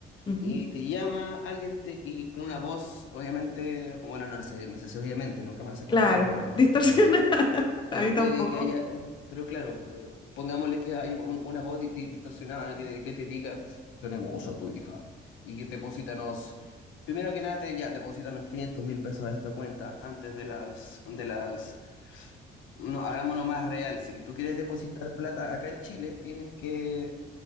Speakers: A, on the left; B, on the left.
A: ujú.
B: y te llama alguien te, y con una voz, obviamente, bueno, no sé, no sé si obviamente, nunca me han secuestrado,
A: Claro,
B: pero...
A: distorsionada.
B: pero
A: <laughs> A
B: Pero
A: mí tampoco.
B: puede que haya, pero claro, eh, pongámosle que hay un- una voz di- di- distorsionada que, que te diga, tenemos a tu hija y deposítanos, primero que nada, te- ya, deposítanos quinientos mil pesos a esta cuenta antes de las, de las, no, hagámoslo más real, si tú quieres depositar plata acá en Chile, tienes que,